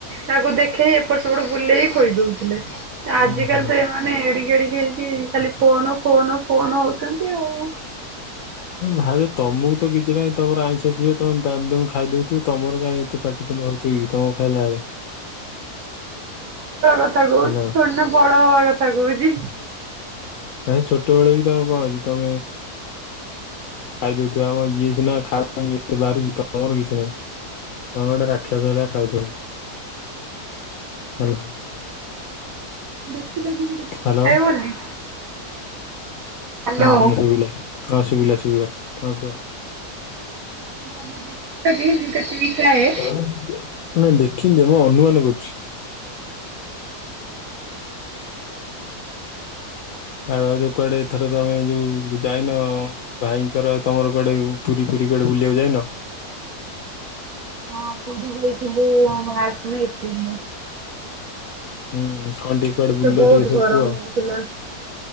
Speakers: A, on the right (about 65°); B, on the left (about 70°).
A: ତାକୁ ଦେଖେଇି ଏପଟ ସବୁଠୁ ବୁଲେଇକି ଖୋଇ ଦଉଥିଲେ।
B: ହୁଁ
A: ଆଜିକାଲି
B: ହୁଁ
A: ତ ଏମାନେ ଏଡିକି ଏଡିକି ହେଇକି ଖାଲି ଫୋନ ଫୋନ ଫୋନ ହଉଛନ୍ତି ଆଉ।
B: ଭାଉଜ ତମକୁ ତ କିଛି ନାହିଁ, ତମର ଆଇଁଷ ପ୍ରିୟ ତମେ ଦାମ ଦାମ ଖାଇଦଉଥିବ ତମର। କାଇଁ ଏତେ ପାଟ ତୁଣ୍ଡ ହଉଥିବ କି ତମ ଖାଇଲା ବେଳେ।
A: ଛୋଟ ବେଳର କଥା ଥୋଡୀ
B: ହେଲା
A: ନା ବଡ ହବା କଥା କହୁଛି।
B: ଆ ଛୋଟ ବେଳେ ବି ତମେ କଣ ଅଛି ତମେ ଖାଇଦଉ ଥିବ ଆମ ଇଏ ସି ନା ଖାଇବା ଇଏ ବାରୁଛି ତମର କିଛି ନାହିଁ। ତମେ ଗୋଟେ ରାକ୍ଷସ ଭଳିଆ ଖାଉଛ। ହ୍ୟାଲୋ।
A: ଦେଖିଲେ କି ମୁ କେତିକୀ
B: ହ୍ୟାଲୋ
A: ଖାଏ ବୋଲି। ହ୍ୟାଲୋ।
B: ହୁଁ ହୁଁ
A: ମୁଁ
B: ଶୁଭିଲା ହଁ ଶୁଭିଲା ଶୁଭିଲା କଣ କୁହ।
A: ତମେ ଦେଖିଛ କୀ ମୁ କେତିକି ଖାଏ।
B: <unintelligible> ନାଇଁ ଦେଖିନି ମୁଁ ଅନୁମାନ କରୁଛି। ଛାଡ଼ ଯୋଉ କୁଆଡେ ଏଥର ତମେ ଯୋଉ ଯାଇନ। ଭାଇଙ୍କର ତମର କୁଆଡ଼େ ପୁରୀ ଫୁରୀ କୁଆଡ଼େ ବୁଲିବାକୁ ଯାଇନ।
A: ହଁ ପୁରୀ ଯାଇଥିଲୁ ଆନ୍ନିବେର୍ସରୀ ଦିନ।
B: ହୁଁ କଣ ଟିକେ କୁଆଡେ ବୁଲିଲ
A: ତ ବହୁତ
B: ଟିକେ ସବୁ
A: ଗରମ
B: କୁହ।
A: ହଉଥିଲା।